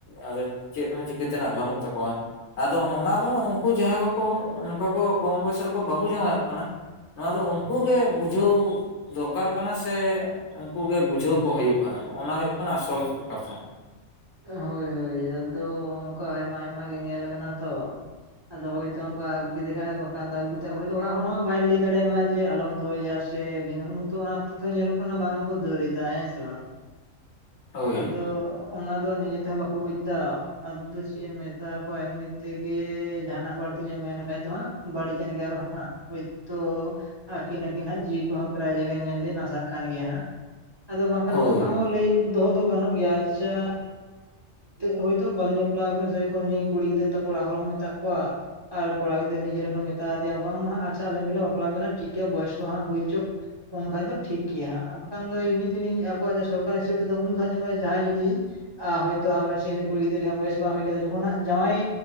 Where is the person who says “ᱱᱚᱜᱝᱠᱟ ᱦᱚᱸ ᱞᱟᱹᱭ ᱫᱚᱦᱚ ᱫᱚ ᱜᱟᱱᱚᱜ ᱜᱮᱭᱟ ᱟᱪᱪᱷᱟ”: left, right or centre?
Right